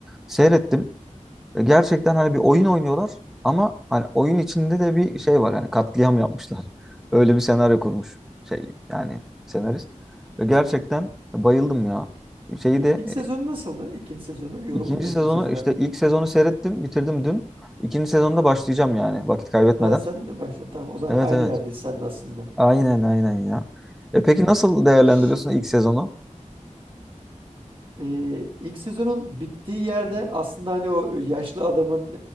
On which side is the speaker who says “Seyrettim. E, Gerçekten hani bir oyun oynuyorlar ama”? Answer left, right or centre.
Centre